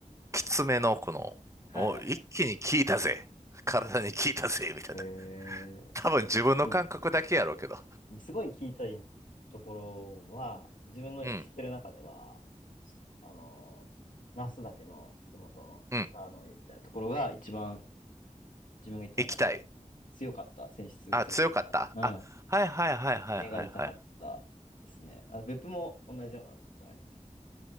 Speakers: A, on the right (about 25°); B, on the left (about 85°).
A: きつめのこの、
B: はいはいはい。
A: お、一気に効いたぜ。体に効いたぜ、みたいな
B: えー、
A: 多分自分の感覚だけやろうけど。
B: でも、すごい聞いたいところは、自分の知ってる中では、
A: うん、
B: すこあの、那須岳の麓の鹿の湯みたいなところが一番
A: うん、
B: 自分が行った中では強かった、
A: 行きたい。
B: 選出が強かった、
A: あ、強かった。あ、はいはいはいはいはいはい。
B: 目が痛かったですね。あ、別府も同じようなとこあります。